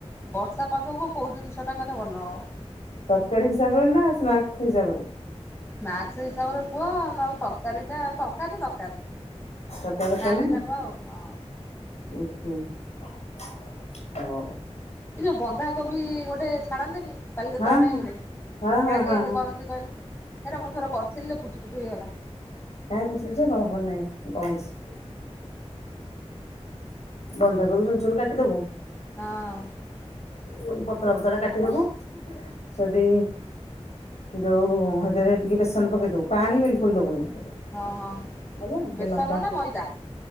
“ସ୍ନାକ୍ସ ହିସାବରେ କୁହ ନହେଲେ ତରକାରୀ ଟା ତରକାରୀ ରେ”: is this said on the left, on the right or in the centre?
Left